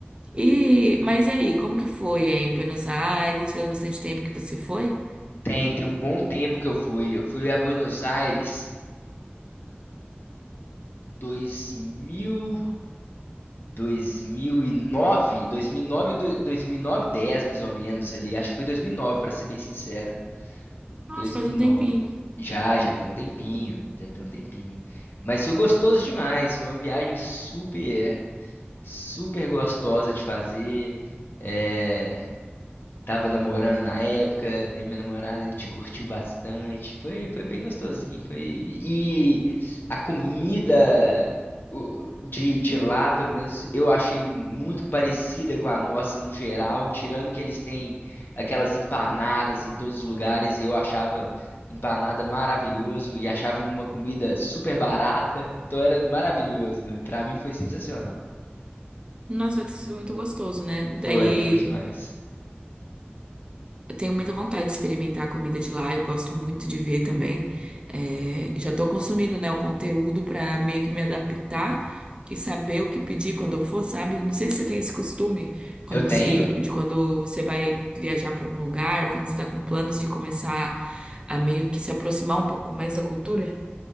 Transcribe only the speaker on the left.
Tem, tem um bom tempo que eu fui. Eu fui a Buenos Aires. 2000, 2009, 2009, do- 2009, 10 mais ou menos ali. Acho que foi 2009, para ser bem sincero.
2009.
Já, já tem um tempinho, já tem um tempinho. Mas foi gostoso demais, foi uma viagem super, super gostosa de fazer. É, Tava namorando na época, eu e minha namorada, a gente curtiu bastante. Foi, foi bem gostosinho, foi... E a comida o- de, de lá, pelo menos, eu achei muito parecida com a nossa no geral, tirando que eles têm aquelas empanadas em todos os lugares, e eu achava empanada maravilhoso, e achava uma comida super barata, então era maravilhoso, mano. Pra mim foi sensacional.
Foi, foi demais.
Eu tenho...